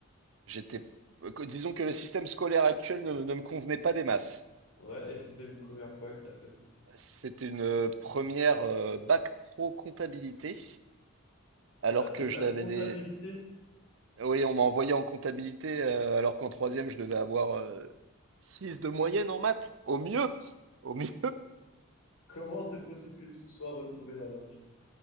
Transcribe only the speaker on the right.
j'étais, euh, que- disons que le système scolaire actuel ne, ne me convenait pas des masses.
C'était une première euh, bac pro comptabilité, alors
que
je
l'avais des. Oui, on m'a envoyé en comptabilité, euh, alors qu'en troisième, je devais avoir euh, 6 de moyenne en maths, au mieux. Au mieux.